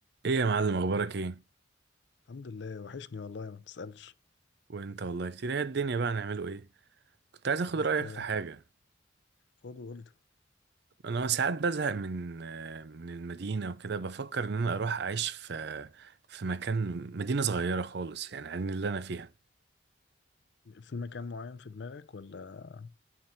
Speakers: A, on the right (about 55°); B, on the left (about 60°).
A: ايه يا معلم اخبارك ايه
B: الحمد لله وحشني والله ما بتسألش
A: وانت والله كتير هي الدنيا بقى نعمله ايه كنت عايز اخد
B: انت
A: رايك في حاجه
B: خد وقول
A: انا ساعات بزهق من آه، من المدينه وكده بفكر ان انا اروح اعيش في في مكان مدينه صغيره خالص يعني عن اللي انا فيها
B: لي، في مكان معين في دماغك ولا